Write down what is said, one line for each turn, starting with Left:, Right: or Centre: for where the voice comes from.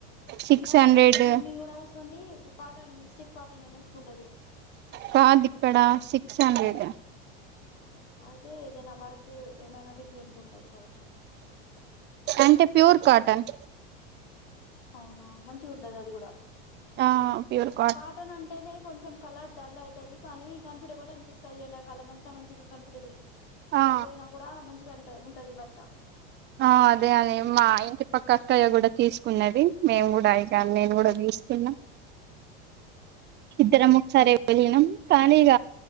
Right: సిక్స్
Left: ఫై
Right: హండ్రెడ్
Left: మంచిగా చున్నీ కూడా వస్తుంది కాటన్ స్టిప్ కాటన్ యే మంచిగుంటది
Right: కాదు ఇక్కడ సిక్స్ హండ్రెడ్
Left: అయితే ఏదైనా వర్క్ ఏమైనా డిఫ్ ఫ్రెంట్ ఉంటది కావచ్చు
Right: అంటే ప్యూర్ కాటన్
Left: అవునా మంచిగా ఉంటది అది కూడా
Right: ఆ ప్యూర్
Left: కాటన్ అంటేనే కొంచెం కలర్ డల్ ఐతది కానీ కంఫర్టబుల్ అనిపిస్తది ఎండా కాలం అంతా మంచిగా కంఫర్టబుల్ కలర్
Right: ఆ
Left: పొయ్యినా కూడా మంచి చి గంట ఉంటది బట్ట
Right: ఆ అదే అది మా ఇంటి పక్క అక్కయ్య కూడా తీసుకున్నది మేం కూడా ఇక నేను కూడా ది ఇస్కున్నా ఇద్దరం ఒకసారే వెళ్ళినం కానీ ఇగ